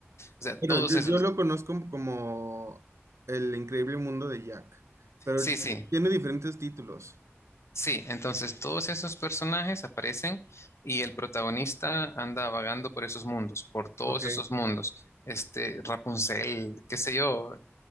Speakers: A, on the left (about 75°); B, on the right (about 80°).
A: o sea, todos
B: Pero yo,
A: esos,
B: yo lo conozco como El Increíble Mundo de Jack, pero
A: sí, sí,
B: tiene diferentes títulos.
A: Sí, entonces todos esos personajes aparecen y el protagonista anda vagando por esos mundos, por todos
B: Ok.
A: esos mundos. Este, Rapunzel, qué sé yo,